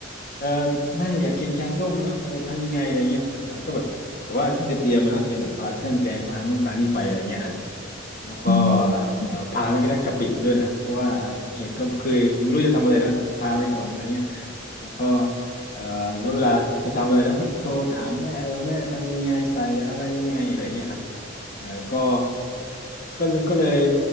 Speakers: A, on the left; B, on the left.
A: เออแม่อยากกินแกงต้มเนอะเออทำยังไงอะไรเงี้ยเออก็แบบแต่ว่าก็จะเตรียมนะเตรียมแบบพาเครื่องแกงพานู่นพานี่ไปอะไรเงี้ยครับ แล้วก็
B: อืม
A: เอ่อพาไปกระทั่งกะปิไปด้วยนะเพราะว่าเกียรติก็เคยไม่รู้จะทำอะไรนะแต่พาไปก่อนอะไรเงี้ยแล้วก็เอ่อแล้วเวลาจะทำอะไรแล้วก็โทรถามแม่เออแม่ทำยังไงใส่อะไรยังไงอะไรเงี้ยครับเออก็ก็ก็เลย